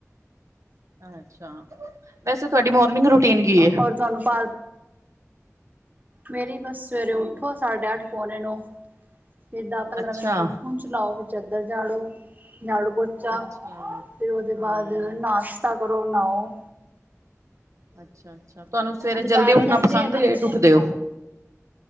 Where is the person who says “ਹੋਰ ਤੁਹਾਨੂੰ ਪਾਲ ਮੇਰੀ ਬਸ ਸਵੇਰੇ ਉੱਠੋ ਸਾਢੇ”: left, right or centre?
Right